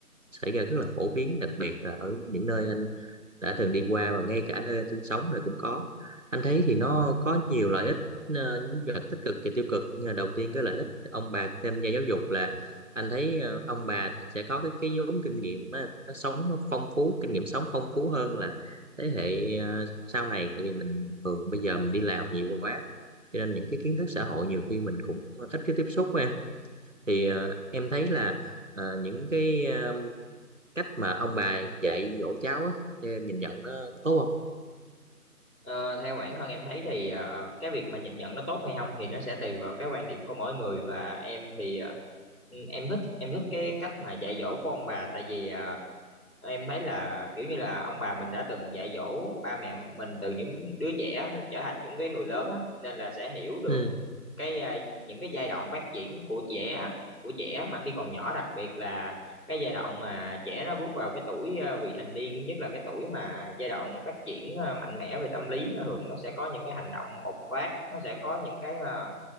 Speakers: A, on the right; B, on the left.
A: xảy ra rất là phổ biến đặc biệt là ở những nơi anh đã từng đi qua và ngay cả nơi anh sinh sống rồi cũng có anh thấy thì nó có nhiều lợi ích ờ, những tích cực và tiêu cực nhưng mà đầu tiên cái lợi ích ông bà khi tham gia giáo dục là anh thấy ờ, ông bà sẽ có cái cái vốn kinh nghiệm á, nó sống nó phong phú kinh nghiệm sống phong phú hơn là thế hệ ờ, sau này tại vì mình thường bây giờ mình đi làm nhiều quá cho nên những cái kiến thức xã hội nhiều khi mình cũng ít cái tiếp xúc với em thì ờ, em thấy là ờ, những cái ờ, cách mà ông bà dạy dỗ cháu á thì em nhìn nhận nó có tốt không
B: Ờ, theo bản thân em thấy thì ờ, cái việc mà nhìn nhận nó tốt hay không thì nó sẽ tùy vào cái quan điểm của mỗi người và em thì ờ, ừ, em thích em thích cái cách mà dạy dỗ của ông bà tại vì ờ, em thấy là kiểu như là ông bà mình đã từng dạy dỗ ba mẹ mình từ những đứa trẻ trở thành những cái người lớn á nên là sẽ hiểu được
A: ừ
B: cái à, những cái giai đoạn phát triển của trẻ của trẻ mà khi còn nhỏ đặc biệt là cái giai đoạn mà trẻ nó bước vào cái tuổi à, vị thành niên nhất là cái tuổi mà giai đoạn phát triển à, mạnh mẽ về tâm lý nó thường nó sẽ có những cái hành động bộc phát nó sẽ có những cái mà